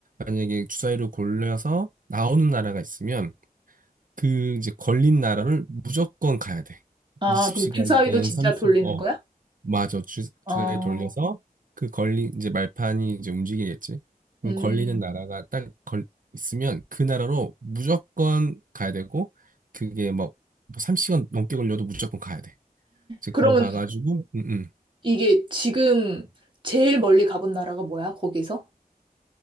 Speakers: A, on the right; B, on the right.
A: 만약에 주사위를 굴려서 나오는 나라가 있으면, 그 이제 걸린 나라를 무조건 가야 돼.
B: 아,
A: 20시간이든
B: 그럼 주사위도 진짜
A: 30,
B: 돌리는
A: 어,
B: 거야?
A: 맞아. 주,
B: 어,
A: 주사위 돌려서 그 걸린 이제 말판이 이제 움직이겠지. 그럼
B: 음.
A: 걸리는 나라가 딱 걸, 있으면 그 나라로 무조건 가야 되고 그게 막 3시간 넘게 걸려도 무조건 가야 돼. 이제
B: 그러면
A: 거기 가가지고 응응.
B: 이게 지금 제일 멀리 가본 나라가 뭐야, 거기서?